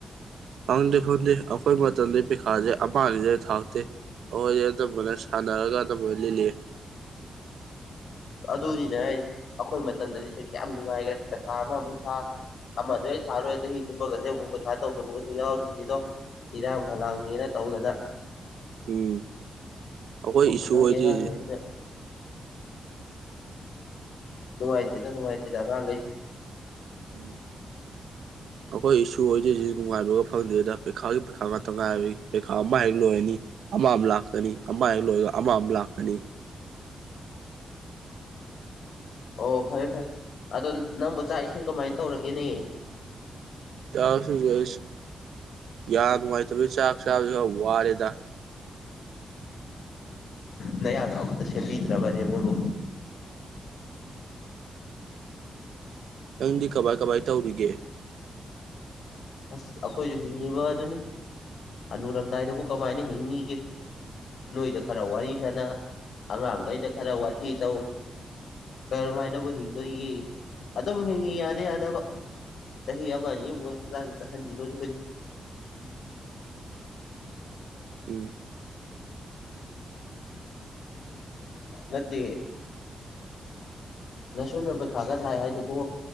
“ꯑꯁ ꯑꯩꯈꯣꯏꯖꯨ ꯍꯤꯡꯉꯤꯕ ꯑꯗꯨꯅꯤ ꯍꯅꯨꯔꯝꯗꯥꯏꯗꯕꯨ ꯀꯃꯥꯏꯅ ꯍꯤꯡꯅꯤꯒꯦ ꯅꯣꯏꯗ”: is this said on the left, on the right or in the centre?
Left